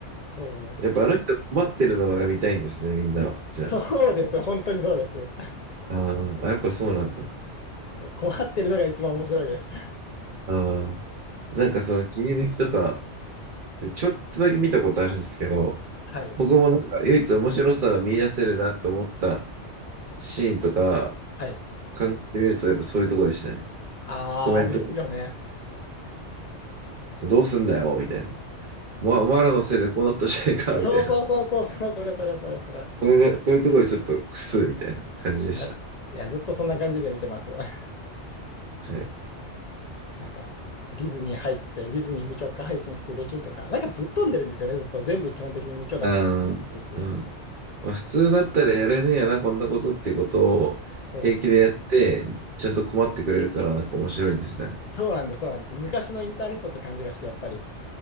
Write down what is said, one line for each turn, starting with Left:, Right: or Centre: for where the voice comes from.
Left: そうです。
Right: やっぱあの人困ってるのが見たいんですね、みんなは。じゃあ。
Left: そうです、本当にそうです。
Right: あーあ、やっぱそうなんだ。
Left: そう、困ってるのが一番面白いです。
Right: ああ、なんかその切り抜きとか、でちょっとだけ見たことあるんですけど、
Left: はい。
Right: 僕もなんか唯一面白さが見出せるなと思ったシーンとか
Left: はい。
Right: 考えてみると、やっぱそういうとこでしたね。
Left: あーですよね。
Right: コメントどうすんだよみたいな。お前お前らのせいでこうなったじゃねえかみたいな。
Left: <laughs> そうそうそうそう、そうそれそれそれそれ。
Right: それが、そういうところでちょっとクスみたいな感じでした。
Left: あいや、ずっとそんな感じで見てます。<laughs>
Right: はい。
Left: なんか、ディズニー入って、ディズニー無許可配信してできんとか、なんかぶっ飛んでるんですよね、ずっと。全部基本的に無許諾でやってるし。
Right: あーうんまあ、普通だったらやれねえやな、こんなことっていうことを平気でやって、
Left: そう。
Right: ちゃんと困ってくれるからなんか面白いんですかね。
Left: そうなんです、そうなんです。昔のインターネットって感じがして、やっぱり。